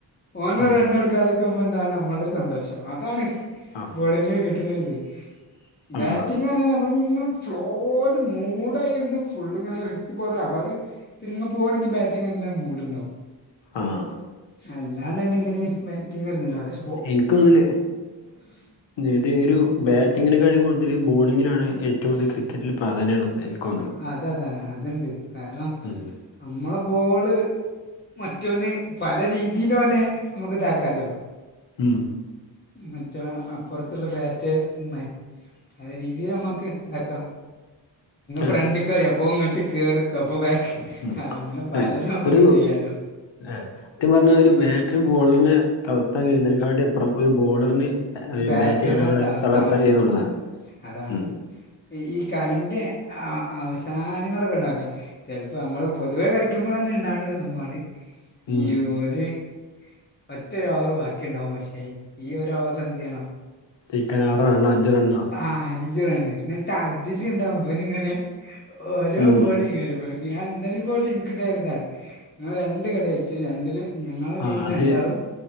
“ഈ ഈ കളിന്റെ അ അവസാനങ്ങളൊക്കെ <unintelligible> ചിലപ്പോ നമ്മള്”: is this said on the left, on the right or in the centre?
Left